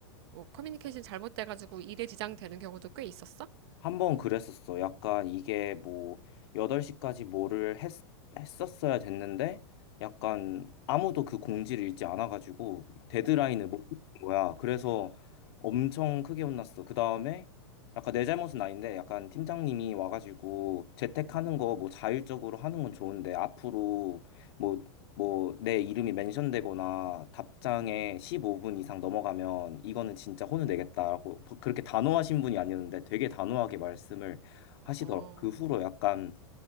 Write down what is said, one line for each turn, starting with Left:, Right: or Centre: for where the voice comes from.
Right: 뭐 커뮤니케이션 잘못돼가지고 일에 지장되는 경우도 꽤 있었어?
Left: 한 번 그랬었어. 약간 이게 뭐 8시까지 뭐를 했, 했었어야 됐는데 약간 아무도 그 공지를 읽지 않아가지고 데드라인을 못은 거야. 그래서 엄청 크게 혼났어. 그 다음에 약간 내 잘못은 아닌데 약간 팀장님이 와가지고 재택하는 거 뭐 자율적으로 하는 건 좋은데 앞으로 뭐 뭐 내 이름이 멘션되거나 답장에 15분 이상 넘어가면 이거는 진짜 혼을 내겠다라고 그렇게 단호하신 분이 아니었는데 되게 단호하게 말씀을 하시더라고.
Right: 어,
Left: 그 후로 약간